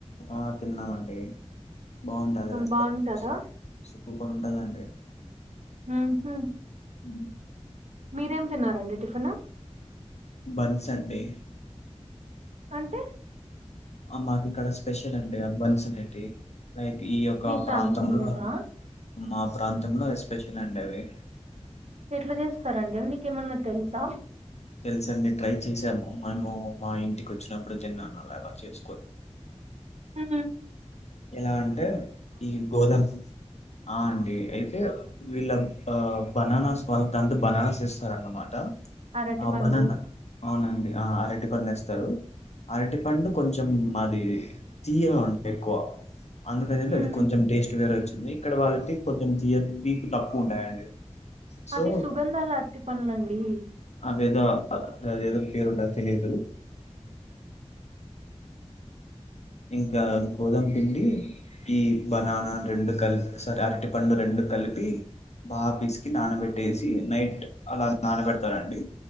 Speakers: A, on the left; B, on the right.
A: ఆ తిన్నామండి బాగుంటది అది
B: బాగుంటదా
A: కానీ సూపర్ ఉంటదండి
B: ఉహు
A: ఉ
B: మీరేం తిన్నారండి టిఫిన్
A: బన్స్ అండి
B: అంటే
A: మాకిక్కడ స్పెషల్ అండి ఆ బన్స్ అనేటివి లైక్ ఈ యొక్క
B: మీ ప్రాంతంలోనా
A: ప్రాంతంలో మా ప్రాంతంలో ఎస్పెషల్ అండి అవి
B: ఎట్లా చేస్తారండి నీకేమన్నా తెలుసా
A: తెలుసండి ట్రై చేసాము మేము మా ఇంటికి వచ్చినప్పుడు తిన్నాను అలాగా చేసుకోని
B: ఊ
A: ఎలా అంటే ఈ గోధుమ ఆ అండి అయితే వీళ్ళ బనానాస్ వాళ్ళ దాంట్లో బనానాస్ ఏస్తారన్నమాట
B: అరటి
A: ఆ
B: పండ్లు
A: బననా అవునండి ఆ ఆ అరటిపండు వేస్తారు అరటి పండు కొంచెం మాది తీయగా ఉంటాయి ఎక్కువ అందుకని చెప్పి
B: హ్మ్
A: అది కొంచెం టేస్ట్ వేరే వచ్చింది ఇక్కడ వాళ్ళకి కొంచెం తీయ తీపు తక్కువ ఉంటాయండి సో
B: అది సుగంధాల అరటిపండ్లు అండి
A: అదేదో అదేదో పేరు ఉంటద్ది తెలిదు ఇంకా గోధామ పిండి ఈ బనానా రెండు కలిపి సరె అరటి పండు రెండు కలిపి బాగా పీసుకి నానబెట్టేసి నైట్ అలా నానబెడతారండి